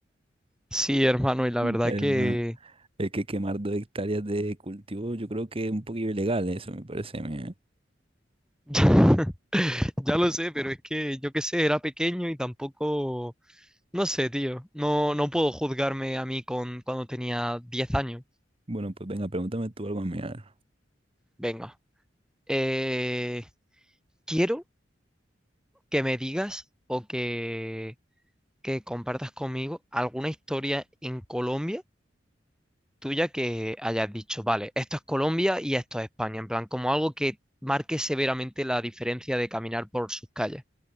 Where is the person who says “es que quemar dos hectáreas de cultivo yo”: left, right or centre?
Right